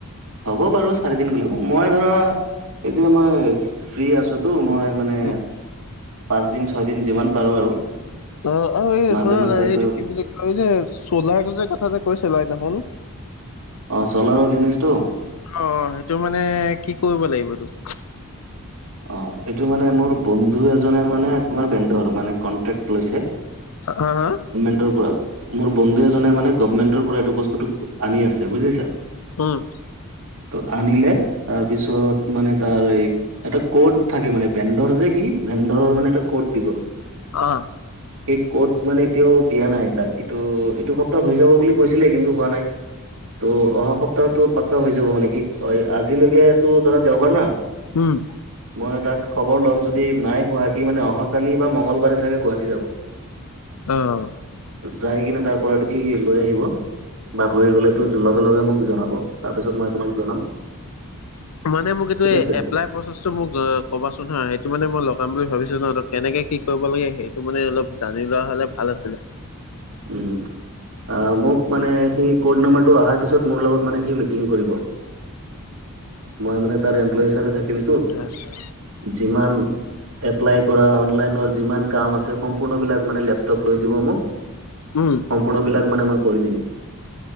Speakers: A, on the right; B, on the left.
A: হ'ব বাৰু চাৰি দিন গলেও মই ধৰা এতিয়া মই ফ্ৰী আছোতো মই মানে
B: উম
A: পাঁচদিন ছয়দিন যিমান পাৰোঁ আৰু
B: অঁ আৰু এই
A: মাজে
B: শুনা
A: মাজে আকৌ
B: এইটো কি বুলি ক এই যে চোলাৰ যে কথা যে কৈছিলা সেইদিনাখন
A: অঁ চলাৰৰ বিজনেছ টো?
B: অঁ সেইটো মানে কি কৰিব লাগিব এইটো?
A: অঁ এই টো মানে মোৰ বন্ধু এজনে মানে বেন্দৰ কনটেক্ট লৈছে।
B: হা হা
A: ন্টৰ পৰা মোৰ বন্ধু এজনে মানে গভমেন্টৰ পৰা বস্তুটো আনি আছে বুজিছা?
B: উম।
A: ত আনিলে তাৰপিছত মানে তাৰ এই এটা ক'ড থাকে মানে ভেন্ডৰ যে সি ভেণ্ডৰৰ মানে এটা ক'ড দিব।
B: আহ
A: এই ক'ড মানে এতিয়াও দিয়া নাই তাক এইটো - এইটো সপ্তাহ হৈ যাব বুলি কৈছিলে কিন্তু হোৱা নাই। ত অহা সপ্তাহো পাক্ককা হৈ যাব মানে সি আজিলৈকে তো ধৰা দেওবাৰ না
B: উম।
A: মই তাক খবৰ ল'ম যদি নাই হোৱা সি মানে অহাকালি বা মঙ্গলবাৰে চাগে গুৱাহাটী যাব৷
B: অহঁ
A: যাই কিনে তাৰ পৰাইতটো সি লৈ আহিব বা হৈ গ'লে তো লগে-লগে তো মোক জনাব৷ তাৰ পিছত মই তোমাক জনাম৷
B: মানে মোক এইটো
A: ঠিক আছে
B: এপ্লাই প্ৰচেছ মোক কবাচোন হা সেইটো মানে মই লগাম বুলি ভাবিছো ন কেনেকে কি কৰিব লাগে সেইটো মানে অলপ জানি লোৱা হলে ভাল আছিলে৷
A: উম। অঁ মোক মানে সি ক'ড নাম্বাৰ তো অহাৰ পিছত মোৰ লগত মানে সি মিটিং কৰিব৷ মই মানে তাৰ এমপ্লয় হিচাপে থাকি থাকিম তো
B: আচ্ছা
A: যিমান এপ্লাই কৰা অনলাইন ৰ যিমান কাম আছে সম্পূৰ্ণ বিলাক মানে লেপটপ লৈ দিব মোক
B: উম
A: সম্পূৰ্ণ বিলাক মানে মই কৰি দিম